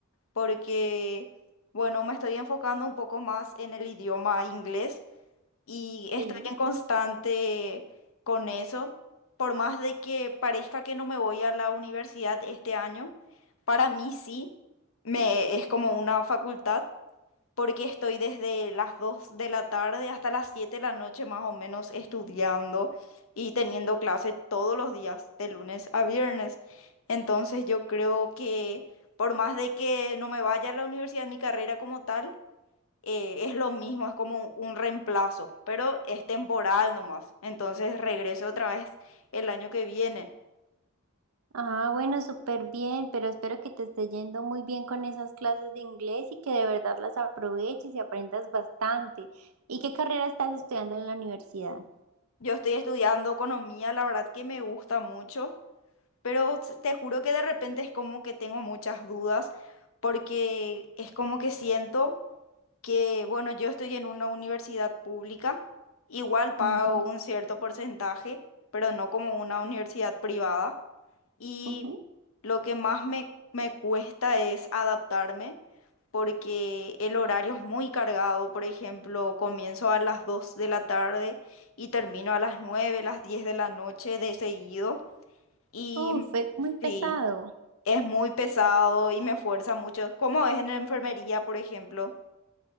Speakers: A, on the left; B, on the right.
A: porque, bueno, me estoy enfocando un poco más en el idioma inglés y estoy
B: Sí.
A: en constante con eso. Por más de que parezca que no me voy a la universidad este año, para mí sí, me, es como una facultad, porque estoy desde las 2 de la tarde hasta las 7 de la noche más o menos estudiando y teniendo clase todos los días, de lunes a viernes. Entonces yo creo que por más de que no me vaya a la universidad, mi carrera como tal, eh, es lo mismo, es como un reemplazo, pero es temporal nomás. Entonces regreso otra vez el año que viene.
B: Ah, bueno, súper bien, pero espero que te esté yendo muy bien con esas clases de inglés y que de verdad las aproveches y aprendas bastante. ¿Y qué carrera estás estudiando en la universidad?
A: Yo estoy estudiando economía, la verdad que me gusta mucho, pero s- te juro que de repente es como que tengo muchas dudas porque es como que siento que, bueno, yo estoy en una universidad pública, igual pago
B: Ujú.
A: un cierto porcentaje, pero no como una universidad privada. Y
B: Ujú.
A: lo que más me, me cuesta es adaptarme porque el horario es muy cargado. Por ejemplo, comienzo a las 2 de la tarde y termino a las 9 las 10 de la noche de seguido. Y
B: Uf, es muy pesado.
A: sí, es muy pesado y me fuerza mucho. Como es en la enfermería, por ejemplo,